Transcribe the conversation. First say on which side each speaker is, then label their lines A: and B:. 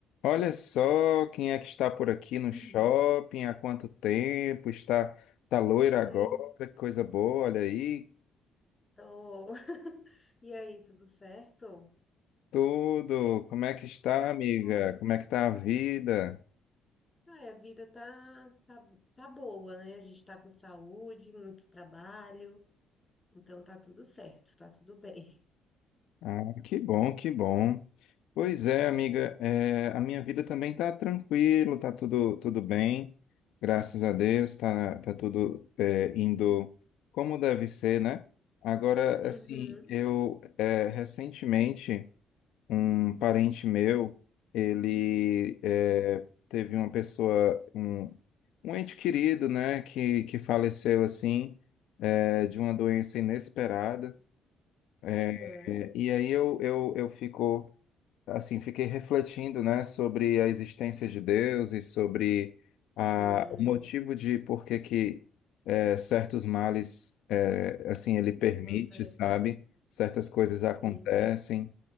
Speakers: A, on the left; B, on the left.
A: Olha só quem é que está por aqui no
B: <laughs>
A: shopping, há quanto tempo, está, tá loira
B: E
A: agora,
B: aí?
A: que coisa boa, olha aí,
B: Tô. <laughs> E aí, tudo certo?
A: tudo, como é que está,
B: Ai,
A: amiga,
B: que bom.
A: como é que está a vida?
B: Ai, a vida tá, tá, tá boa, né? A gente tá com saúde, muito trabalho, então tá tudo certo, tá tudo bem.
A: Ah, que bom, que bom. Pois é, amiga, é, a minha vida também está tranquilo, tá tudo, tudo bem, graças a Deus, tá tá tudo é, indo como deve ser, né? Agora,
B: Uhum,
A: assim, eu é, recentemente... Um parente meu, ele
B: sim.
A: é, teve uma pessoa, um, um ente querido, né, que, que faleceu assim, é, de uma doença inesperada. É,
B: Aham.
A: é, e aí eu, eu, eu fico, assim, fiquei refletindo, né, sobre a existência de Deus e sobre a,
B: Hum,
A: o motivo de por que que é, certos males, é, assim, ele permite,
B: acontece.
A: sabe? Certas coisas
B: Sim.
A: acontecem.